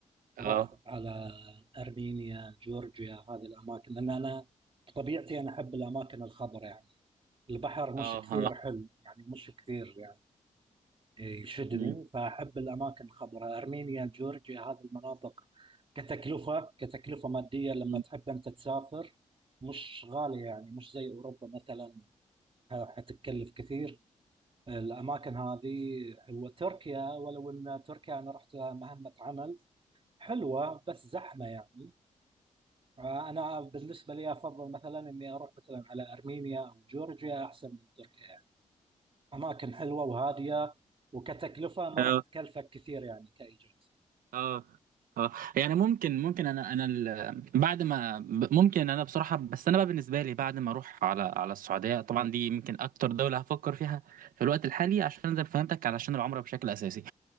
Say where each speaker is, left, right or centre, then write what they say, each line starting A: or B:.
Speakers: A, on the right (about 80°); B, on the right (about 40°).
A: اه
B: رحت على أرمينيا جورجيا هذه الأماكن لأن أنا طبيعتي أنا أحب الأماكن الخضراء يعني البحر مش
A: اه
B: كثير
A: اه
B: حلو يعني مش كثير يعني. يشدني
A: امم
B: فأحب الأماكن الخضراء أرمينيا جورجيا هذه المناطق كتكلفة كتكلفة مادية لما
A: أمم.
B: تحب أنت تسافر مش غالية يعني مش زي أوروبا مثلا ه- حتتكلف كثير الأماكن هذه حلوة تركيا ولو أن تركيا أنا رحت لها مهمة عمل حلوة بس زحمة يعني أنا بالنسبة لي أفضل مثلا إني أروح مثلا على أرمينيا أو جورجيا أحسن من تركيا اماكن حلوه وهاديه وكتكلفه ما
A: اه
B: راح تكلفك كثير يعني كايجار
A: اه اه يعني ممكن ممكن انا انا ال- بعد ما ب- ممكن انا بصراحه بس انا بقى بالنسبه لي بعد ما اروح على على السعوديه طبعا دي يمكن اكتر دوله هفكر فيها في الوقت الحالي عشان زي ما فهمتك علشان العمره بشكل اساسي